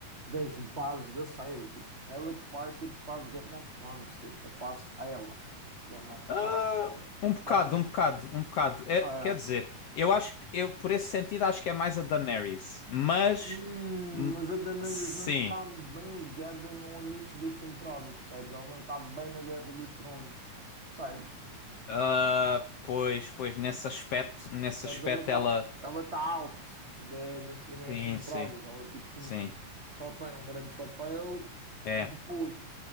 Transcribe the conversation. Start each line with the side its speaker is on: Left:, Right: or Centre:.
Right: das bases da série. Tipo, ela que faz tipo quase Game of Thrones, tipo, é quase ela, Game of
Left: Ah,
Right: Thrones, percebes?
Left: um bocado,
Right: É,
Left: um bocado, um bocado. É,
Right: é.
Left: quer dizer, eu acho que, eu, por esse sentido, acho que é mais a Daenerys. Mas,
Right: Hum,
Left: hum,
Right: mas a Daenerys
Left: sim.
Right: não está bem ligada no início das temporadas, percebes? Ela não está bem na Guerra dos Tronos, percebes?
Left: Ah, pois, pois, nesse aspecto, nesse
Right: Sabes,
Left: aspecto
Right: ela está
Left: ela.
Right: ela tá out da- das primeiras
Left: Sim,
Right: temporadas.
Left: sim,
Right: Ela, tipo,
Left: sim.
Right: hum, só tem um grande papel
Left: É.
Right: depois,